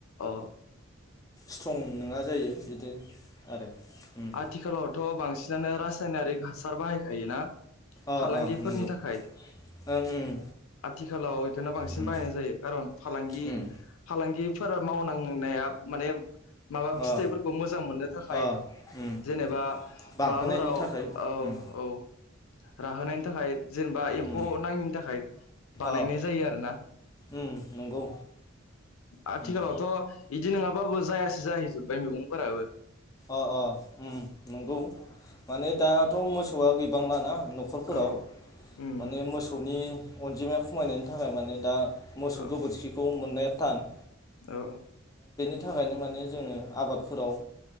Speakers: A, on the left (about 80°); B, on the left (about 15°).
A: अ
B: स्ट्रं नङा जायो बिदि आरो उम
A: आथिखालावथ' बांसिनानो राज नारि हासार बाहायखायो ना?
B: अ
A: फालांगिफोरनि
B: अ नंगौ
A: थाखाय
B: ओं उम
A: आथिखालाव बेखौनो बांसिन
B: उम
A: बाहायनाय जायो खारन फालांगि
B: उम
A: फालां दिफोरा मावनांनाया माने माबा फिथाइफोरखौ
B: अ
A: मोजां मोननो थाखाय
B: अ उम
A: जेनेबा
B: बांहोनायनि
A: माबाफोराव
B: थाखाय
A: औ
B: उम
A: औ राहोनायनि थाखाय जेनेबा एम्फौ
B: उम
A: नाङिनि थाखाय बानायनाय
B: अ
A: जायो आरो ना
B: उम नंगौ
A: आथिखालावथ'
B: उम
A: बिदि नङाबाबो जायासै जाहैजोबबाय मैगंफोराबो <inaudible>
B: अ अ उम नंगौ माने दाथ' मोसौआ गैबां लाना न'खरफोराव
A: औ उम
B: माने मोसौनि अनजिमाया खमायनायनि थाख ओमफ्राय माने दा मोसौ
A: औ
B: गोबोरखिखौ मोननाय तान
A: औ
B: बे थाखायनो माने जोङो आबादफोराव